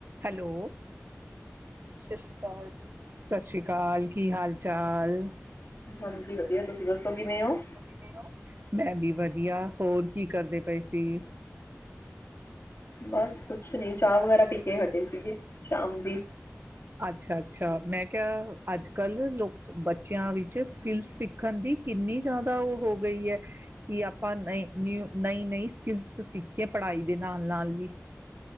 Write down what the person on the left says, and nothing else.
ਹਾਂਜੀ ਵਧੀਆ, ਤੁਸੀਂ ਦੱਸੋ? ਕਿਵੇਂ ਹੋ?
ਬਸ। ਕੁਛ ਨੀ, ਚਾਹ ਵਗੈਰਾ ਪੀ ਕੇ ਹਟੇ ਸੀਗੇ। ਸ਼ਾਮ ਦੀ।